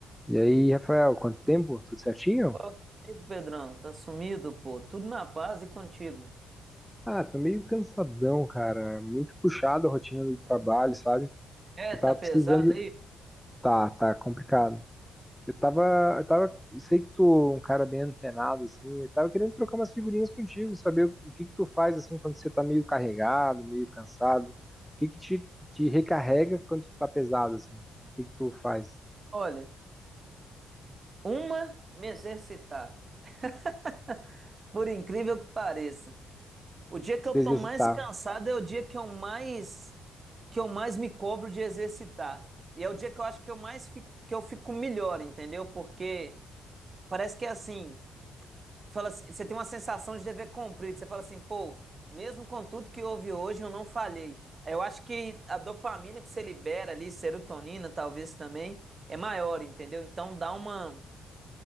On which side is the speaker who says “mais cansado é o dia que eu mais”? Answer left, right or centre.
Right